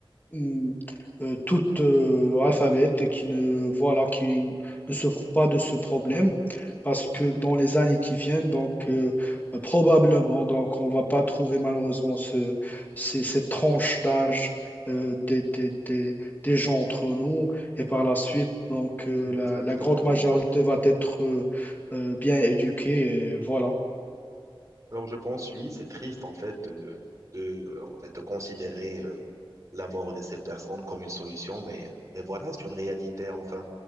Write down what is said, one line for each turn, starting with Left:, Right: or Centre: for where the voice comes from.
Left: hum, euh, toute euh, alphabète et qui ne voilà qui ne souffre pas de ce problème parce que dans les années qui viennent donc euh, euh, Probablement, donc on va pas trouver malheureusement ce, ces, cette tranche d'âge euh, des, des, des, des gens entre nous. Et par la suite, donc euh,
Right: Exactement.
Left: la, la grande majorité va être euh, euh, bien éduquée. Et voilà.
Right: Alors je pense oui, c'est triste en fait de de en fait de considérer euh, la mort de ces personnes comme une solution, mais mais voilà, c'est une réalité enfin.